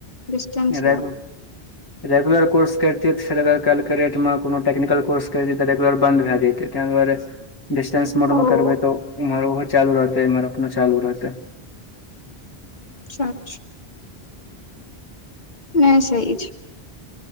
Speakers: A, on the left; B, on the left.
A: डिस्टेंस
B: रेगू
A: मे
B: रेगुलर कोर्स करिते त फेरगर काल्हिके ेटमे कोनो ट्िकल कोर्स करितिय तऽ रेगलर बन्द भए जते तैहि दुआरे डिस्टेंस मोड
A: ओ
B: मऽ करबे तो उम्हर ओहो चालू रहते इम्हर अपनो चालू रहते
A: <unintelligible> नहि सहि छै